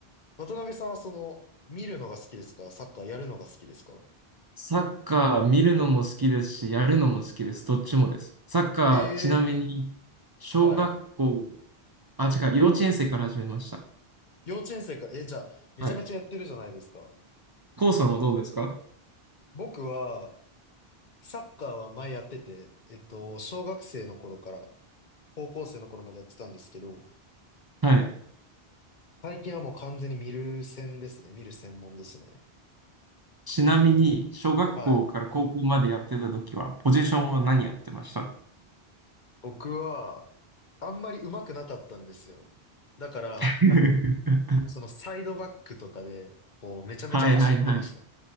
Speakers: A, on the left; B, on the right.
A: 渡辺さんはその、見るのが好きですかサッカーやるのが好きですか
B: サッカー見るのも好きですし、やるのも好きです。どっちもです。サッカー、
A: え
B: ちなみに、小学校、
A: ー、はい。
B: あ、違う、幼稚園生から始めました。
A: 幼稚園生から、え、じゃあ、めちゃめちゃやってるじゃないですか。
B: はい。コウさんはどうですか
A: 僕は、サッカーは前やってて、えっと、小学生の頃から、高校生の頃までやってたんですけど、
B: はい。
A: 最近はもう完全に見る専ですね。見る専門ですね。
B: ちなみに、小学校から高校までやってた時は、
A: はい。
B: ポジションは何やってました
A: 僕は、あんまり上手くなかったんですよ。だから、
B: <laughs>
A: そのサイドバックとかで、こう、めちゃめちゃ走ってました。
B: はいはいはい。